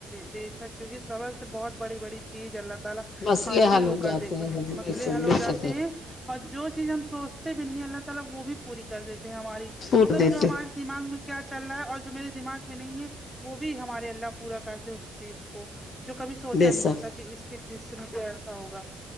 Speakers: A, in the centre; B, on the left.
A: بیچ اس کا رزق صبر سے بہت بڑی بڑی چیز اللہ تعالی
B: مسئلے
A: حاصل
B: حل
A: وہ
B: ہو
A: کر
B: جاتے
A: دیکھو
B: ہیں
A: مسئلے
B: بے شک
A: حل ہو
B: بے
A: جاتے
B: شک
A: ہیں اور جو چیز ہم سوچتے بھی نہیں اللہ تعالی وہ بھی پوری کر دیتے ہیں ہماری
B: پور
A: مطلب
B: دیتے
A: جو ہماری دماغ میں کیا چل رہا ہے اور جو میرے دماغ میں نہیں ہے وہ بھی ہمارے اللہ پورا کرتے ہے اس چیز کو جو کبھی سوچا
B: بے
A: نہیں
B: شک
A: ہوتا کہ اس کے چیز سے مجھے ایسا ہوگا